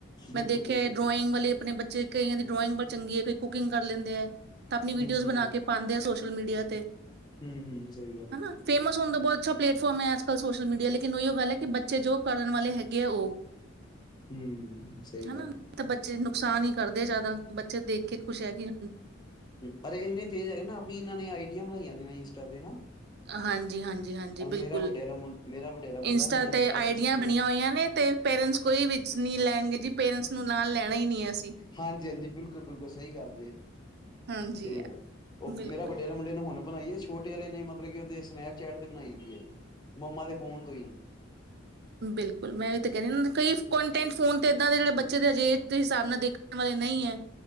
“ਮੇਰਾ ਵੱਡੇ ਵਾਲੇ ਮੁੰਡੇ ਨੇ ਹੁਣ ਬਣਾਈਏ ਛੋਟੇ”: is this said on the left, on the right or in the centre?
Left